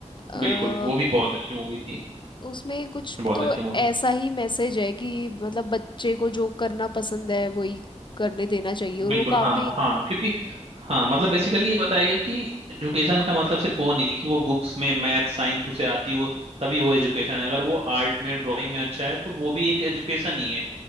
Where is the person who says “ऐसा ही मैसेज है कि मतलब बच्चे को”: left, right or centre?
Left